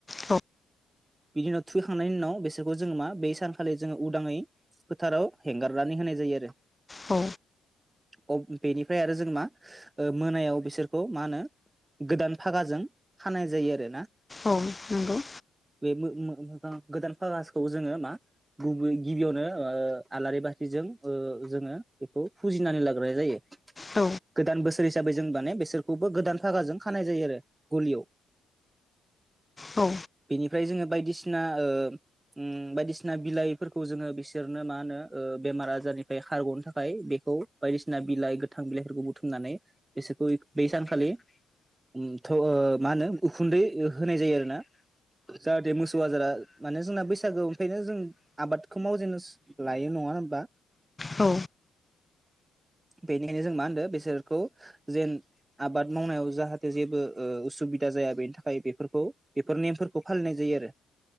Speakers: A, on the left (about 15°); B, on the right (about 20°).
A: औ
B: बिनि उनाव थुैखांनायनि उनाव बेसोरखौ जोङो मा बै सानखालि जोङो उदाङै फोथाराव हेंगारनानै होनाय जायो आरो
A: औ
B: अ बेनिफ्राय आरो जों मा मोनायाव बिसोरखौ मा होनो गोदान फागाजों खानाय जायो आरो ना
A: औ नंगौ नों
B: बे गोदान पागासखौ जोङो मा गुब गिबियावनो आलारि बाथिजों जोङो बेखौ फुजिनानै लाग्रोनाय जायो
A: औ
B: गोदान बोसोर हिसाबै जों माने बिसोरखौबो गोदान थाखागाजों खानाय जायो आरो गलियाव
A: औ
B: बेनिफ्राय जोङो बायदिसिना ओ उम बायदिसिना बिलाइफोरखौ जोङो बिसोरनो मा होनो ओ बेमार आजारनिफ्राय खारग'नो थाखाय बेखौ बायदिसिना बिलाइ गोथां बिलाइफोरखौ बुथुमनानै बिसोरखौ बै सानखालि थ' ओ मा होनो उखुन्दै होनाय जायो आरो ना जाहाथे मोसौ आजारा माने जोंना बैसागो ओमफ्रायनो जों आबादखौ मावजेननोसो लायो नङा होनबा
A: औ
B: बेनिखायनो जों मा होनदों बिसोरखौ जेन आबाद मावनायाव जाहाथे जेबो उसुबिदा जाया बेनि थाखाय बेफोर खौ बेफोर नेमफोरखौ फालिनाय जायो आरो